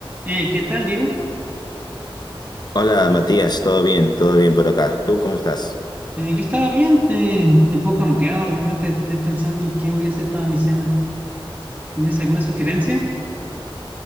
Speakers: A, on the right (about 20°); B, on the left (about 45°).
A: Hey, ¿qué tal, Diego?
B: Hola Matías, todo bien, todo bien por acá. ¿Tú cómo estás?
A: Eh, yo estaba bien, eh, un poco hambriado, realmente estoy pensando en qué voy a hacer para mi cena. ¿Tienes alguna sugerencia?